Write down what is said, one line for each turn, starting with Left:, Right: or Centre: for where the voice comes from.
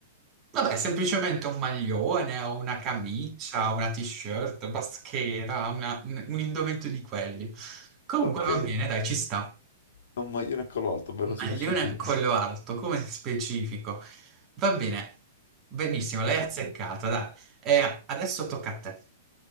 Right: Vabbè, semplicemente un maglione o una camicia, una t-shirt, baschera, una- un un indumento di quelli. Comunque
Left: Ok.
Right: va bene, dai, ci sta.
Left: Ha Un maglione a collo alto, bello specifico.
Right: Maglione a collo alto, come specifico. Va bene, benissimo, l'hai
Left: Ah,
Right: azzeccata, dai. E adesso tocca a te.